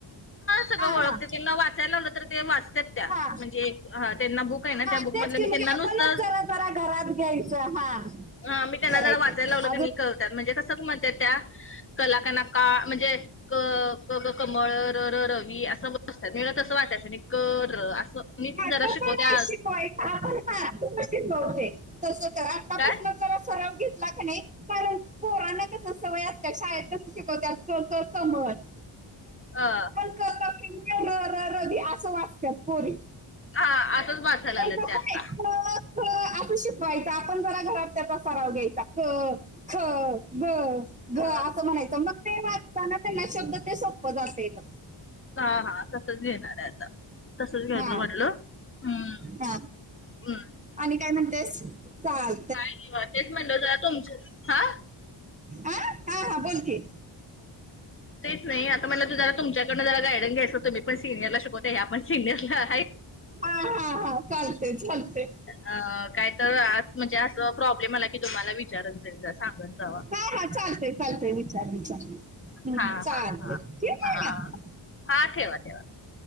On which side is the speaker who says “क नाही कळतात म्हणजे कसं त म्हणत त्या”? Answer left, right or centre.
Left